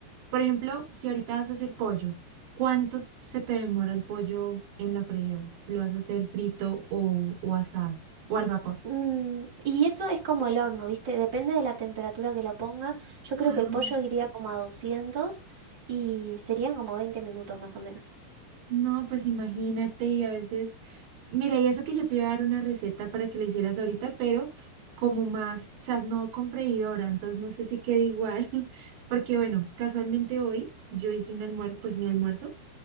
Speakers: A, on the right; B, on the right.
A: Por ejemplo, si ahorita vas a hacer pollo, ¿cuánto s- se te demora el pollo en la freidora? Si lo vas a hacer frito o, o asado o al vapor.
B: Mm, y eso es como el horno, ¿viste? Depende de la temperatura que lo ponga. Yo creo
A: ah
B: que el pollo iría como a 200 y serían como 20 minutos más o menos.
A: No, pues imagínate y a veces, mira, y eso que yo te iba a dar una receta para que la hicieras ahorita, pero como más, o sea, no con freidora, entonces no sé si queda igual, <laughs> porque bueno, casualmente hoy yo hice un almuerzo, pues mi almuerzo,